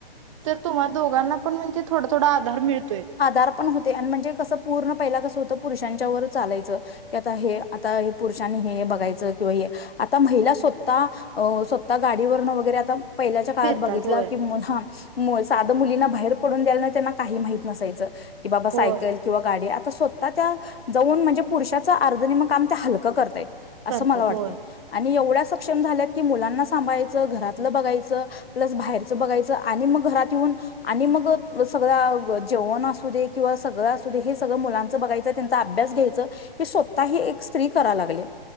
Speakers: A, on the right (about 30°); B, on the left (about 75°).
A: तर तुम्हाला दोघांना पण म्हणजे थोडा-थोडा आधार मिळतोय.
B: आधार पण होतय आणि म्हणजे कसं पूर्ण पहिला कस होत पुरुषांच्या व चालायचं की आता हे आता हे पुरुषांनी हे बघायचं किंवा हे आता महिला स्वतः अ स्वतः गाडी वरन वगैरे आता पहिल्याच्या काळात
A: फिरतात
B: बघितला
A: होय
B: की हां साध मुलींना बा बाहेर पडून द्यायला नाही त्यांना काही माहित नसायचं की बाबा सायकल
A: होय
B: किंवा गाडी तर स्वतः त्या जाऊन म्हणजे पुरुषाचं अर्ध निम्म काम त्या हलकं करतायत. असं
A: करतात
B: मला वाटतय
A: होय
B: आणि एवढ्याच शिक्षण झाल्यात की मुलांना सांभाळायचं, घरातलं बघायचं प्लस बाहेरचं बघायच आणि मग घरात येऊन आणि मग सगळं जेवण असू दे किंवा सगळ असुदे हे सगळं मुलांच बघायचं त्यांचा अभ्यास घ्यायचं हे स्वतःही एक स्त्री कराय लागले.